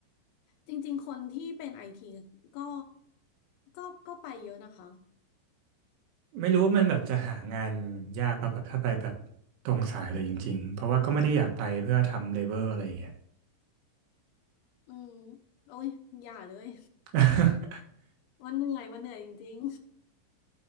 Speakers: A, on the left; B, on the right.
A: จริงๆคนที่เป็นไอทีก็ก็ก็ไปเยอะนะคะ
B: ไม่รู้ว่ามันแบบจะหางานยากป่ะแบบถ้าไปแบบตรงสายเลยจริงๆ เพราะว่าก็ไม่ได้อยากไปเพื่อทำเลเบอร์อะไรอย่างเงี้ย
A: อืมโอ้ยอย่าเลย
B: <laughs>
A: มันเหนื่อยมันเหนื่อยจริง